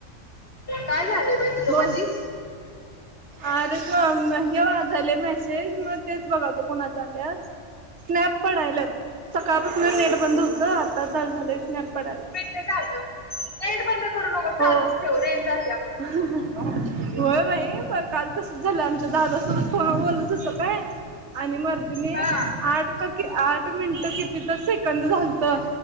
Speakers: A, on the left (about 45°); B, on the right (about 60°).
A: काय झालंय बाई तुझं
B: बोल
A: मधीच?
B: अरे व हे वाजायलय मेसेज मग तेच बघालतो कोणाचा आल्यात. स्नॅप पडायल्यात, सकाळपासून नेट बंद होतं आता चालू झालंय स्नॅप पडायल्यात.
A: ते झालं, नेट बंद करू नको
B: हो
A: चालूच ठेव रेंज जात्या.
B: होय बाई प काल तसंच झालं आमच्या दा <unintelligible> फोनवर बोलत होतो काय आणि मरदीने
A: हा
B: आठ का कि आठ मिनिटं किती तर सेकंदं झालतं.